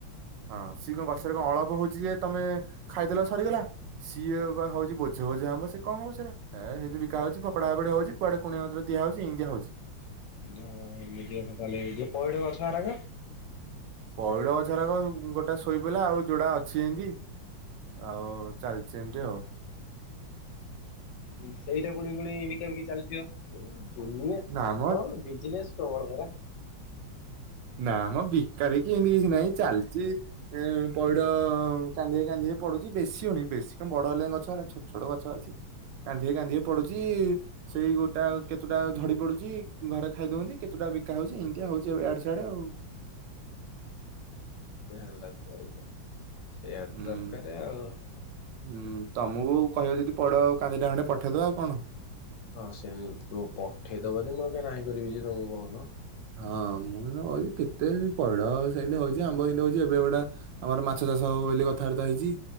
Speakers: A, on the right; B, on the left.
A: ହଁ ସିଏ କଣ ଗଛରେ କଣ ଅଳପ ହଉଛି ଯେ ତମେ ଖାଇଦେଲ ସରିଗଲା। ସିଏ ବା ହଉଚି ବୋଝେ ବୋଝେ ଆମ୍ବ ସେ କଣ ହବ ସେରା <unintelligible> ବିକା ହଉଚି ଫୋପଡା ଫୋପଡ଼ି ହଉଚି। କୁଆଡେ କୁଣିିଆ ମଇତ୍ର ଦିଆହୋଉଚି ଇନ୍ତିଆ ହଉଚି।
B: ହଁ ଏମିତିକଥାଲେ ତ ପଇଡ ଗଛ ଗୁଡାକ?
A: ପଇଡ଼ ଗଛରାକ ଗୋଟେ ଶୋଇ ପଇଲା ଆଉ ଯୋଡା ଅଛି ଏନ୍ତି। ଆଉ ଚାଲିଚି ଏମିତି ଆଉ।
B: ହୁଁ ସେଇଟା ପୁଣି ପୁଣି ବିକା ବିକି ଚାଲିଥିବ। ଦୁନିଆ
A: ନା ମ
B: ତ ବିଜନେସ୍ ପ୍ରବଳ ପରା।
A: ନା ମ ବିକା ବିକି ହେନ୍ତି କିଛି ନାହିଁ ଚାଲିଚି ଏ ପଇଡ଼ କାନ୍ଧିଏ କାନ୍ଧିଏ ପଡୁଚି ବେଶୀ ହଉନି ବେଶୀ କଣ ବଡ ହେଲାଣି ଗଛ ଛୋଟ ଛୋଟ ଗଛ ଅଛି। କାନ୍ଧିଏ କାନ୍ଧି ଏ ପଡୁଛି ସେଇ ଗୋଟା କେତୋଟା ଝଡିପ ପଡୁଚି ଘରେ ଖାଇ ଦଉଅନ୍ତି କେତୁଟା ବିକା ହଉଚି ଏମିତିଆ ହଉଚି ଆଉ ଇଆଡୁ ସିଆଡେ ଆଉ।
B: ହ ହେଲା ତ <unintelligible> ସେଇଆ
A: ହୁଁ
B: ଦରକାର ଆଉ।
A: ହୁଁ ତମକୁ କହିବ ଯଦି ପଇଡ଼ ଆଉ କାନ୍ଧିଟା ହାଣି ପଠେଇଦବା ଆଉ କଣ।
B: ହଁ ସେଇମିତି ପଠେଇଦବଯଦି ମୁଁ ଆଉ କଣ ନାହିଁ କରିବି ଯେ ତମୁକୁ କହୁନ।
A: ହଁ ମୁଁ ସିନା କହୁଚି କେତେ ପଇଡ଼ ସେନ୍ତି ହଉଚି ଆମ୍ବ ହେନ୍ତି ହଉଚି ଏବେ ଗୋଟା ଆମର ମାଛ ଚାଷ ହବ ବୋଲି କଥାବାର୍ତ୍ତା ହେଇଛି।